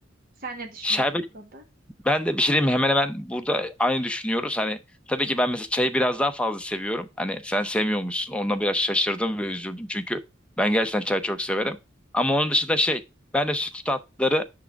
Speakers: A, on the right; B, in the centre.
A: Sen ne düşünüyorsun
B: Şerbet
A: bu konuda?
B: Ben de bir şey diyeyim mi? hemen hemen burada aynı düşünüyoruz. Hani tabii ki ben mesela çayı biraz daha fazla seviyorum. Hani sen sevmiyormuşsun. onunla biraz şaşırdım ve üzüldüm. Çünkü ben gerçekten çay çok severim. Ama onun dışında şey ben de sütlü tatlıları